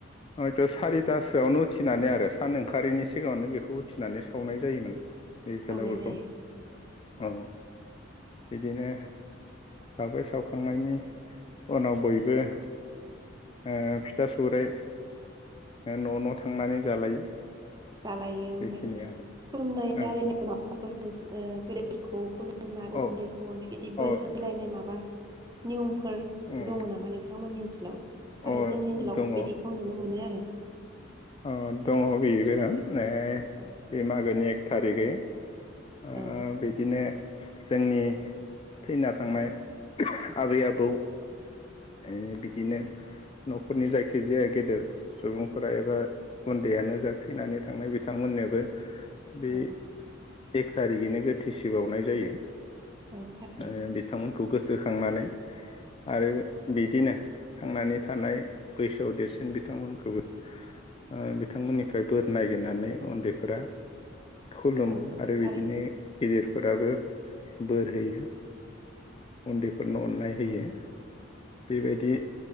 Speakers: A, on the left; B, on the right.
A: हयथ' सारिथासोआवनो उथिनानै आरो सान ओंखारैनि सिगांङावनो बेखौ उथिनानै सावनाय जायोमोन। बे भेलाबुरखौ
B: सावनाय जायो
A: औ बिदिनो आवबो सावखांनायनि उनाव बयबो ओ फिथा सौराय न' न' थांनानै जालायो।
B: जालायो ओमफ्राय
A: बेखिनि आरो
B: खुलुमनाय
A: ओं
B: आरिनाय माबाफोर ओनस गोदै फोरखौ खुलुमनाय उन्दैखौनाय
A: औ
B: बिदि बोर
A: औ अ
B: होलायनाय माबा निउ फोर
A: उम
B: दंङ नामा नोंथांमोननि ओनसो लौ नाथाय
A: अ
B: जोंनि ओनसोलाव
A: दङ
B: बिदिखौ नुनो मोनो आरो।
A: अ दंङ बेबो। एह
B: अ
A: बे मागोनि एक थारिगै ओ
B: औ
A: बिदिनो जोंनि थैना थांनाय आबै आबौ ओ बिदिनो नखरनि जायखिजाया गेदेर सुबुंफोरा एबा उन्दैयानो जा थैनानै थांनाय बिथांमोननोबो बे
B: औ
A: एक थारिखैनो गोथेसिबावनाय जायो।
B: औ थारैनो
A: ओ बिथांमोनखौ गोसो जोखांनानै आरो बिदिनो थांनानै थानाय बैसोआव देरसिन बिथांमोनखौबो ओ बिथांमोननिफ्राय बोर नागिरनानै उन्दैफोरा खुलुमो
B: औ
A: आरो
B: थारैनो
A: बिदिनो गिदिर फोराबो बोर होयो उन्दैफोरनो अननाय होयो बेबायदि